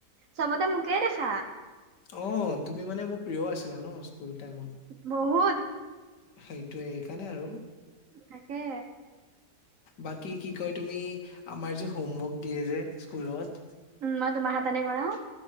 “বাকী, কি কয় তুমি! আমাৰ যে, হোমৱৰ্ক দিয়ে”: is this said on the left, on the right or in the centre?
Left